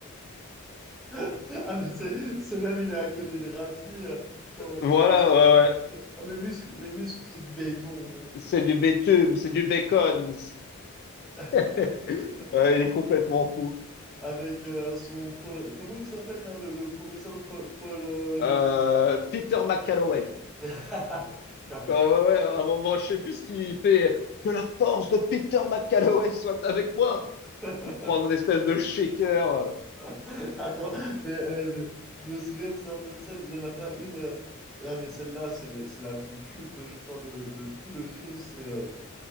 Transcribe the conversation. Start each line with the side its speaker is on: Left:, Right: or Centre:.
Centre: Ah, mais c'est c'est même, il est à côté de Ramsey euh, quand,
Left: Voilà,
Centre: quand il essaie
Left: ouais,
Centre: de.
Left: ouais.
Centre: Ah, mes muscles, mes muscles, c'est du béton.
Left: C'est du bitume, c'est du bacon.
Centre: <laughs>
Left: <laughs> Ouais, il est complètement fou.
Centre: Avec euh, son Paul. Comment il s'appelle là, le, le professeur Paul, Paul, euh,
Left: Euh,
Centre: je sais plus.
Left: Peter McCalloway.
Centre: <laughs> Putain, ma
Left: Quand,
Centre: gueule,
Left: ouais, ouais, à un moment, je sais plus ce qu'il fait. Que la force de Peter McCalloway soit avec moi.
Centre: ouais.
Left: Il prend
Centre: <laughs>
Left: une espèce de shaker. euh,
Centre: <laughs> Attends, mais, euh, mais je me souviens de certaines scènes. Il n'y en a pas une. euh, Ah, mais celle-là, c'est la, c'est la plus culte, je crois, de, de tout le film. C'est euh,